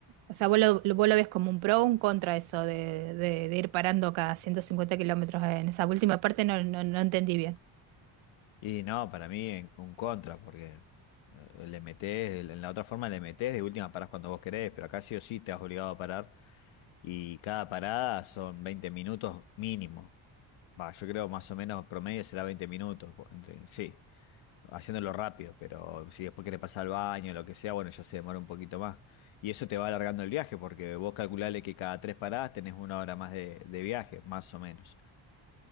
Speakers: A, on the right (about 85°); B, on the left (about 85°).
A: o sea, vos lo, lo- vos lo ves como un pro o un contra eso de, de- de ir parando cada 150 kilómetros. En esa última parte no, no, no entendí bien.
B: Y no, para mí en- un contra, porque eh, le metés, en la otra forma le metés, de última parás cuando vos querés, pero acá sí o sí te has obligado a parar y cada parada son 20 minutos mínimo. Va, yo creo más o menos promedio será 20 minutos, po- entre, sí, haciéndolo rápido, pero si después querés pasar al baño lo que sea, bueno, ya se demora un poquito más. Y eso te va alargando el viaje, porque vos calculale que cada tres paradas tenés una hora más de, de viaje, más o menos.